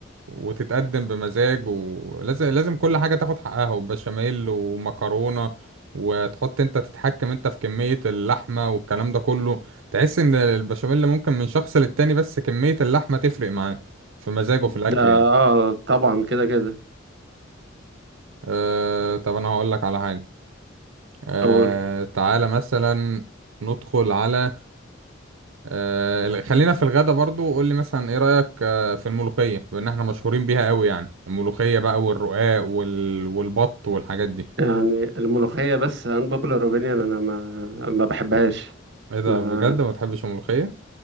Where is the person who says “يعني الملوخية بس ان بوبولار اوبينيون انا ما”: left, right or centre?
Right